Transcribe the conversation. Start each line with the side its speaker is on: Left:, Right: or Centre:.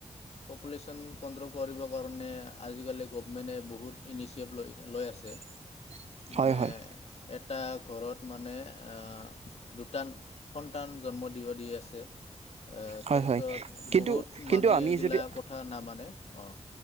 Left: পপুলেশ্যন কণ্ট্ৰল কৰিবৰ কাৰণে আজিকালি গভমেণ্টে বহুত ইনিচিয়েভ লৈ লৈ আছে।
Right: <inaudible>
Left: মানে
Right: হয়
Left: এটা ঘৰত মানে আ দুটা সন্তান জন্ম দিব দি আছে এ
Right: হয়
Left: তাৰপিছত
Right: হয় কিন্তু
Left: বহুত
Right: কিন্তু
Left: মানুহে
Right: আমি
Left: এইগিলা
Right: যদি
Left: কথা নামানে অ'।